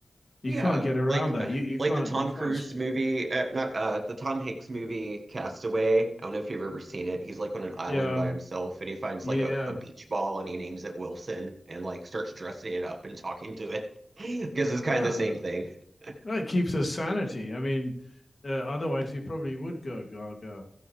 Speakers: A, on the left; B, on the right.
A: You
B: Yeah,
A: can't get around
B: like
A: that.
B: uh,
A: You you
B: like
A: can't
B: the Tom
A: you can't
B: Cruise
A: stop.
B: movie, uh, not uh, the Tom Hanks movie, Castaway. I don't know if you've ever seen it. He's like on an island
A: Yeah.
B: by himself, and he finds
A: Yeah.
B: like a, a beach ball, and he names it Wilson, and like starts dressing it up and talking to it, <laughs> because it's kind
A: Yeah.
B: of the same thing. <laughs>
A: Well, it keeps us sanity. I mean, uh, otherwise he probably would go gaga.